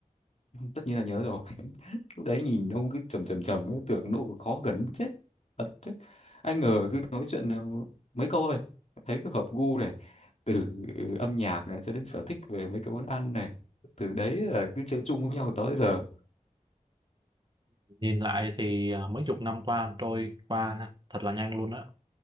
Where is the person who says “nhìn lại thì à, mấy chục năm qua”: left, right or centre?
Right